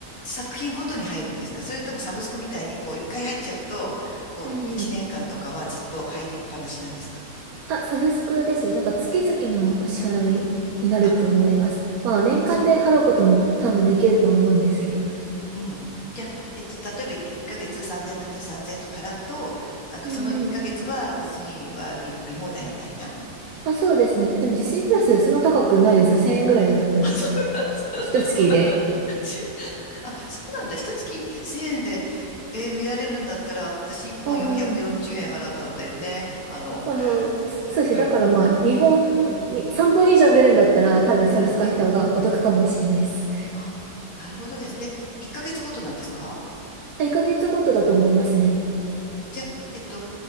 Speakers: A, on the left; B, on the right.
A: 作品ごとに入るんですかそれともサブスクみたいに、こう、一回入っちゃうと、こう、
B: うんうん。
A: 一年間とかはずっと入りっぱなしなんですか
B: あ、サブスクですよ。なんか月々のお支払いになると思います。
A: うん。うん。あ、
B: まあ年間で払うことも多分できるとは思うんですけど。
A: そう。うん。じゃあ、えっと、例えば1ヶ月3000円だったら3000円とか払うと、なんかその1ヶ月はディズニーは見、
B: うんうん。
A: 見放題みたいな。
B: あ、そうですね。でもディズニープラスそんな高くないですよ。1000円ぐらいだと思います。
A: <laughs> あ、そう、<laughs>
B: 一月で。
A: そうそうなんだ。<laughs> あ、そうなんだ。一月1000円で、えー見られるんだったら、私1本440円払ったんだよね。
B: うんうん。
A: あの、
B: あー、
A: ううん、
B: そうですね。だからまあ日本に3本以上見るんだったら多分サブスク入った方がお得かもしれないです。
A: うん。あ、なるほどですね。で1ヶ月ごとなんですか
B: 1ヶ月ごとだと思いますね。
A: じゃあ、えっと、